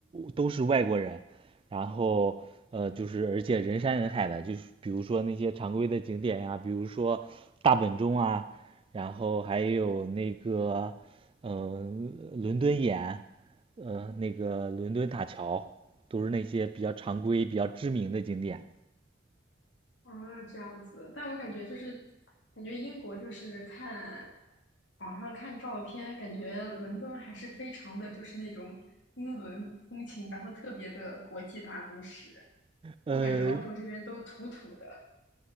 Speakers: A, on the right; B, on the left.
A: 都是外国人，然后呃，就是而且人山人海的，就是比如说那些常规的景点呀，比如说大本钟啊，然后还有那个嗯、呃伦敦眼，呃，那个伦敦塔桥，都是那些比较常规、比较知名的景点。
B: 啊，这样子，但我感觉就是，感觉英国就是看网上看照片，感觉伦敦还是非常的就是那种英伦风情，然后特别的国际大都市。
A: 呃，
B: 我感觉澳洲这边都土土的。